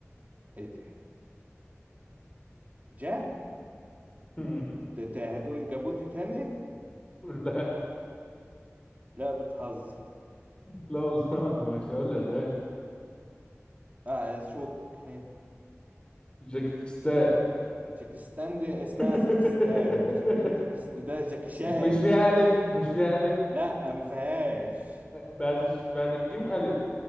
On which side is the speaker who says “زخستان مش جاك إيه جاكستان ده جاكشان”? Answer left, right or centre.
Right